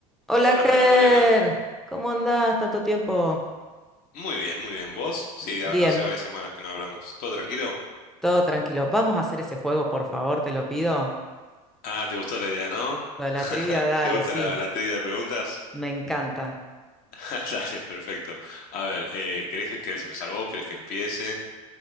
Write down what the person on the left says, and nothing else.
Buenas,
buenas, Mariana.
Muy bien, muy bien. ¿Vos? Sí, ha-
hace varias semanas que no hablamos. ¿Todo tranquilo?
Ah, ¿te gustó la idea, no?
<laughs>
¿Te gusta
la, la trivia de preguntas?
<laughs> Dale, perfecto. A ver, eh, ¿querés, que- querés empezar vos? ¿Querés que empiece?